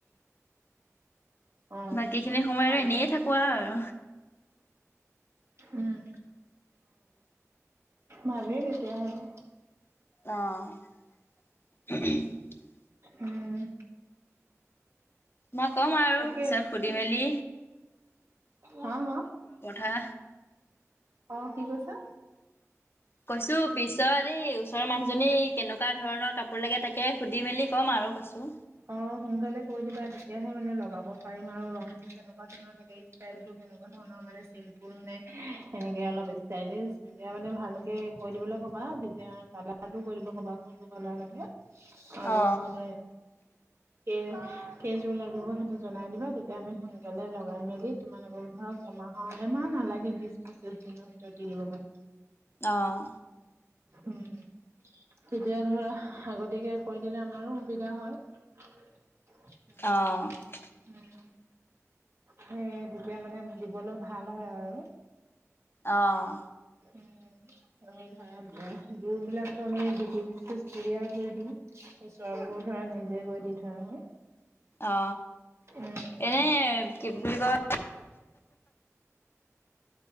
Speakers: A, on the right; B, on the left.
A: অ অ
B: বাকী খিনি সময়
A: ভালে
B: আৰু এনেই থাকো। আৰু
A: উম ভালেই তেতিয়ায়াহ'লে।
B: আহ উহ উহো
A: উম
B: মই কম আৰু
A: তাকে
B: পিছত সুধি মেলি।
A: হা হা
B: হা
A: অ কি কৈছা?
B: কৈছোঁ পিছত এই ওচৰৰ মানুহজনী কেনেকুৱা ধৰণৰ কাপোৰ লাগে তাকে সুধি মেলি ক'ম আৰু কৈছোঁ।
A: অ সোনকালে কৈ দিবা তেতিয়াহে মানে লগাব পাৰিম আৰু ৰং টো কেনেকুৱা ধৰণৰ লাগে ষ্টাইল টো তেনেকুৱা ধৰণৰ মানে চিম্পুল নে সেনেকে অলপ ষ্টাইলিছ তেতিয়া মানে ভালকে কৈ দিবলৈ কবা যেতিয়া কালাৰটো কৈ দিব কবা কোনটো কালাৰ লাগে আৰু
B: অ
A: মানে কে কেইযোৰ লাগিব সেইটো জনাই দিবা, তেতিয়া আমি সোনকালে লগাই মেলি তোমালোকৰ ধৰক এমাহৰ এমাহ নালাগে বিশ পঁচিশ দিনৰ ভিতৰত দি দিব পাৰিম।
B: অহ।
A: উম, তেতিয়া ধৰা আগতীয়াকে কৈ দিলে আমাৰো সুবিধা হয়। উম
B: অ
A: উম। সেই তেতিয়া মানে দিবলৈ ভাল হয় আৰু।
B: অহঁ।
A: উম। আমি ধৰা দূৰ বিলাকো আমি ড <unintelligible> কুৰিয়া কৰি দিওঁ, তাপিছত ধৰা নিজে গৈ দি থৈ আহো।
B: অ
A: উ, উ, উ।
B: এনে
A: <unintelligible>
B: কি বুলি কয়